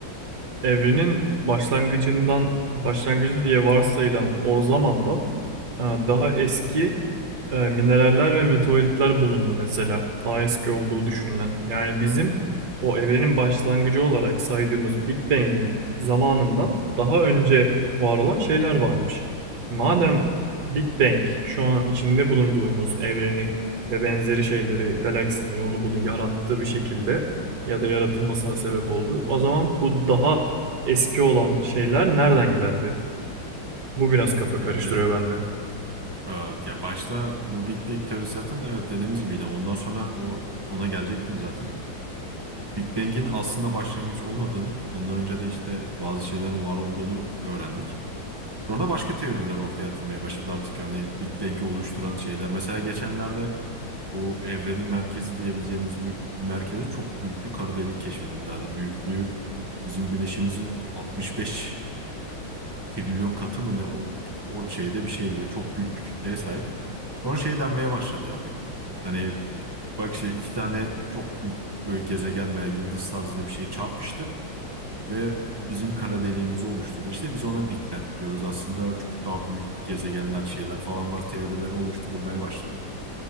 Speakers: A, on the right (about 55°); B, on the right (about 25°).
A: evrenin başlangıcından başlangıcı diye varsayılan o zamandan e, daha eski e, mineraller ve meteoritler bulundu mesela. Daha eski olduğu düşünülen. Yani bizim o evrenin başlangıcı olarak saydığımız Big Bang'in zamanından daha önce var olan şeyler varmış. Madem Big Bang şu an içinde bulunduğumuz evreni ve benzeri şeyleri, galaksileri onu bunu yarattı bir şekilde ya da yaratılmasına sebep oldu. O zaman bu daha eski olan şeyler nereden geldi? Bu biraz kafa
B: E
A: karıştırıyor
B: İşte
A: bende.
B: e, ya başta bu Big Bang teorisi zaten evet dediğimiz gibiydi. Ondan sonra o ona gelecektim zaten. Big Bang'in aslında başlangıç olmadığını, ondan önce de işte bazı şeylerin var olduğunu öğrendik. Sonra başka teoriler ortaya atılmaya başladı artık hani Big Bang'i oluşturan şeyler. Mesela geçenlerde o evrenin merkezi diyebileceğimiz bir merkeze çok büyük bir kara delik keşfedildi. Hani büyüklüğü bizim güneşimizin 65 trilyon katı mı ne o o şeyde bir şey böyle çok büyük bir kütleye sahip. Sonra şey denmeye başladı artık. Hani bak işte iki tane çok büyük böyle gezegen veya yıldız tarzında bir şey çarpıştı ve bizim kara deliğimizi oluşturdu. İşte biz ona Big Bang diyoruz. Aslında çok daha büyük gezegenler, şeyler falan var. Teorileri oluşturulmaya başladı.